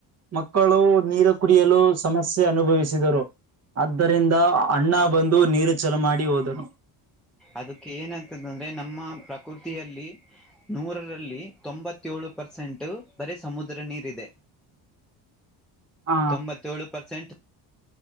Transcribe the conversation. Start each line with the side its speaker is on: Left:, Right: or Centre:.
Right: ಮಕ್ಕಳು ನೀರು ಕುಡಿಯಲು ಸಮಸ್ಯೆ ಅನುಭವಿಸಿದರು ಆದ್ದರಿಂದ ಅಣ್ಣ ಬಂದು ನೀರು ಚಲ ಮಾಡಿ ಹೋದನು
Centre: ಅದಕ್ಕೆ ಏನಂತದಂದ್ರೆ ನಮ್ಮ ಪ್ರ ಕುರ್ತಿಯಲ್ಲಿ ನೂರಲ್ಲಿ ತೊಂಬತ್ತ ಏಳು ಪರ್ಸೆಂಟ್ ಬರೀ ಸಮುದ್ರ ನೀರ ಇದೆ
Right: ಹ
Centre: ತೊಂಬತ್ತೇಳೇಳು ಪರ್ಸೆಂಟ್ದೆ